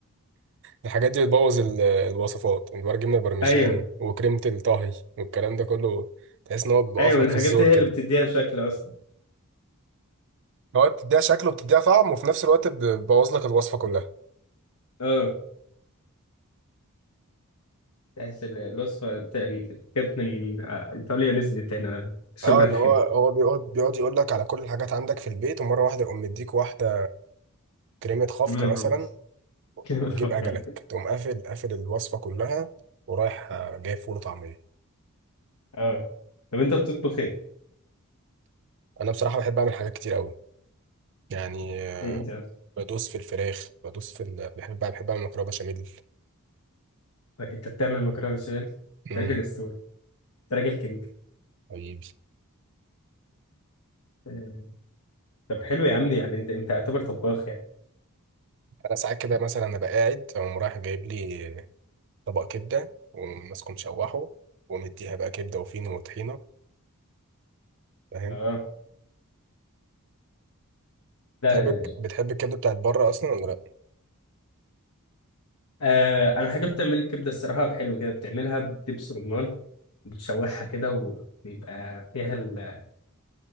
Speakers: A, on the right (about 55°); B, on the left (about 80°).
A: الحاجات دي بتبوظ ال- الوصفات الورق جبنة البرمجان
B: ايوه
A: وكريمة الطهي والكلام ده كله تحس ان هو بيوقف
B: ايوه
A: لك
B: الحاجات
A: في الزور
B: دي هي
A: كده
B: اللي بتديها شكل اصلا
A: هو بتديها شكل وبتديها طعم وفي نفس الوقت بتبوظ لك الوصفة كلها
B: اه تحس ال- الوصفة بتاع- كانت من آه، ايطاليا نزلت هنا شغل
A: اه
B: الخيمة
A: اللي هو هو بيقعد بيقعد يقول لك على كل الحاجات عندك في البيت ومرة واحدة يقوم مديك واحدة كريمة خفق
B: كلمة برمز
A: مثلا
B: كلمة حوار.
A: تجيب أجلك تقوم قافل قافل الوصفة كلها ورايح آه، جايب فول وطعمية
B: اه طب انت بتطبخ ايه؟
A: أنا بصراحة بحب أعمل حاجات كتير أوي يعني آه،
B: ايه انت
A: بدوس في الفراخ بدوس في ال... بحب بحب أعمل مكرونة بشاميل
B: انت بتعمل مكرونة بشاميل انت
A: امم
B: راجل اسطورة انت راجل كينج
A: حبيبي
B: آه، طب حلو يا عم يعني انت انت اعتبر طباخ يعني
A: انا ساعات كده مثلا انا قاعد اقوم رايح جايب لي طبق كبده وماسكه مشوحه ومديها بقى كبده وفينو وطحينه فاهم
B: اه لا
A: بتحب بتحب الكبده بتاعت بره اصلا ولا لا
B: آه انا حاجه بتعمل الكبده الصراحه حلو كده بتعملها بدبس رمان بتشوحها كده وبيبقى فيها ال...